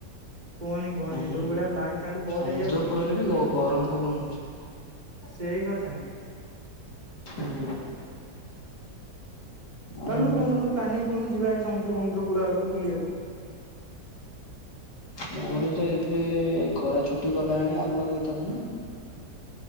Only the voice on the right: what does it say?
କୁହନି କୁହନି
ଯୋଉ ଭଳିଆ ଲାଇନ୍ ଖାଲି କଟ
ହେଇଯାଉଛି।
ସେଇ କଥା।
ଚାଲୁନୁ
କୋଉଦିନ ଗୋଟେ ପ୍ଲାନିଂ କରୁନୁ ଯିବା ଏଇ ସମୁଦ୍ର ସମୁଦ୍ର କୂଳ ଆଡକୁ ବୁଲିବାକୁ।